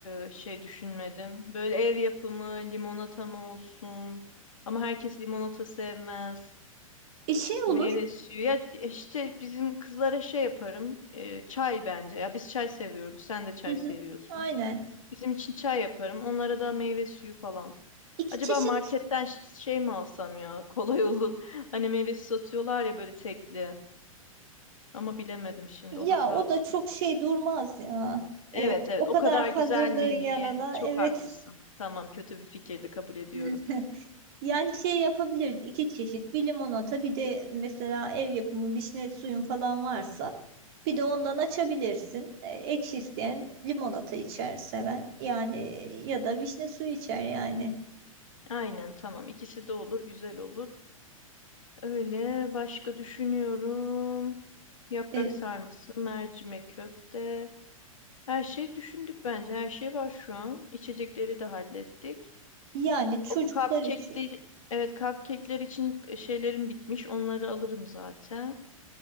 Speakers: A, on the left (about 65°); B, on the right (about 45°).
A: e, şey düşünmedim. Böyle ev yapımı limonata mı olsun? Ama herkes limonata sevmez.
B: e, şey olur.
A: Meyve suyu. Ya e, işte bizim kızlara şey yaparım. e, çay bence. Ya biz çay seviyoruz. Sen de çay
B: Hı hı.
A: seviyorsun.
B: Aynen.
A: Bizim için çay yaparım. Onlara da meyve suyu falan.
B: İki
A: Acaba
B: çeşit
A: marketten ş- şey mi alsam ya? <laughs> Kolay olur. Hani meyve suyu satıyorlar ya böyle tekli. Ama bilemedim şimdi.
B: ya
A: O da sağlıklı.
B: o da çok şey durmaz ya.
A: Evet
B: E,
A: evet
B: o kadar
A: o kadar
B: hazırlığın
A: güzel menüye
B: yanına
A: çok
B: evet.
A: haklısın. Tamam kötü bir fikirdi kabul ediyorum.
B: <laughs> Yani şey yapabiliriz iki çeşit bir limonata bir de mesela ev yapımı vişne suyun falan varsa bir de ondan açabilirsin. E, Ekşi isteyen limonata içer seven yani e, ya da vişne suyu içer yani.
A: Aynen tamam ikisi de olur güzel olur. Öyle başka düşünüyorum. Yaprak
B: E,
A: sarması, mercimek köfte. Her şeyi düşündük bence. Her şey var şu an. İçecekleri de hallettik.
B: yani çocuklar
A: O cupcake'ler
B: için
A: evet cupcake'ler için şeylerim bitmiş. Onları alırım zaten.